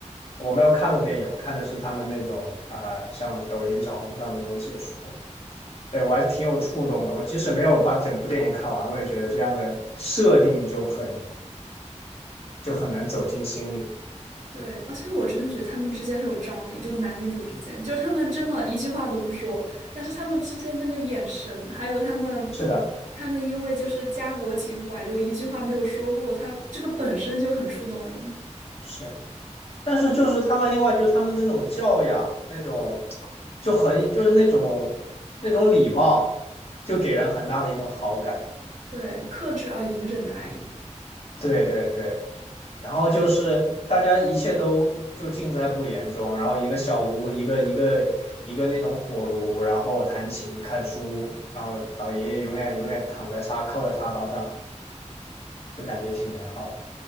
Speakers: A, on the left; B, on the right.
A: 我没有看过电影，我看的是他们那种啊、像抖音、小红书上的那种解说，对我还挺有触动的。我即使没有把整部电影看完，我也觉得这样的设定就很就很难走进心里。
B: 对，而且我真的觉得他们之间很有张力，就是男女主之间，就是他们真的一句话都不说，但是他们之间那个眼神，还有他们，
A: 是的，
B: 他们因为就是家国情怀，就一句话没有说过，他这个本身就很触动人。
A: 是，但是就是他们另外就是他们那种教养，那种就很就是那种那种礼貌，就给人很大的一种好感。
B: 对，克制而隐忍的爱意。
A: 对对对。然后就是大家一切都就尽在不言中，然后一个小屋，一个一个一个那种火炉，然后弹琴、看书，然后老爷爷永远永远躺在沙靠在沙发上，就感觉挺美好的。